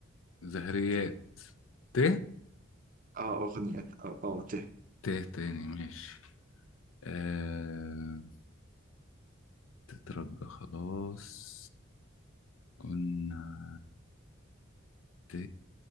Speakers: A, on the left (about 75°); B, on the right (about 40°).
A: زهريات
B: ته
A: ت
B: اه أغنية اه آه، ته
A: ت تاني ماشي آم... تترجى خلاص قلنا ت